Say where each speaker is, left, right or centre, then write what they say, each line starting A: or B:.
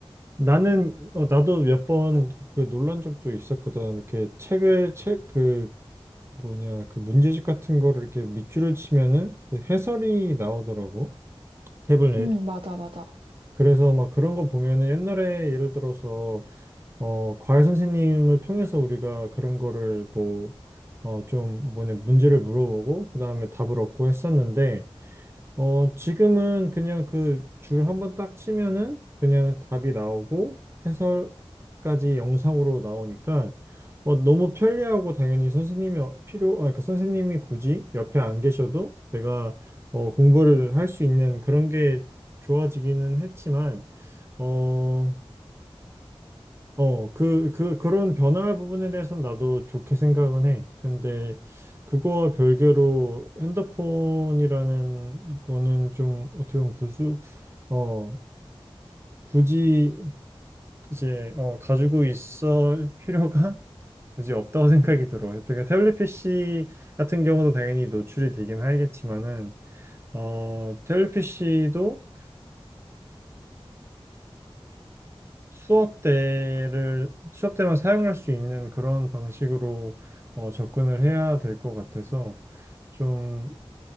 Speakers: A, on the right; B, on the right.
A: 나는 어, 나도 몇 번 그 놀란 적도 있었거든. 이렇게 책을 책그 뭐냐 그 문제집 같은 거를 이렇게 밑줄을 치면은 그 해설이 나오더라고 탭을 내
B: 응, 맞아, 맞아.
A: 그래서 막 그런 거 보면은 옛날에 예를 들어서 어 과외 선생님을 통해서 우리가 그런 거를 뭐 어 좀 뭐냐 문제를 물어보고 그 다음에 답을 얻고 했었는데 어, 지금은 그냥 그 줄 한번 딱 치면은 그냥 답이 나오고 해설까지 영상으로 나오니까 어, 너무 편리하고 당연히 선생님이 어- 필요, 아, 그러니까 선생님이 굳이 옆에 안 계셔도 내가 어, 공부를 할 수 있는 그런 게 좋아지기는 했지만, 어, 어, 그, 그, 그런 변화 부분에 대해서는 나도 좋게 생각은 해. 근데 그거 별개로 핸드폰이라는 거는 좀 어떻게 보면 부수, 어, 굳이 이제, 어, 가지고 있을 필요가 <laughs> 굳이 없다고 생각이 들어. 그러니까 태블릿 PC 같은 경우도 당연히 노출이 되긴 하겠지만은, 어, 태블릿 PC도 수업 때를 수업 때만 사용할 수 있는 그런 방식으로 어, 접근을 해야 될 것 같아서 좀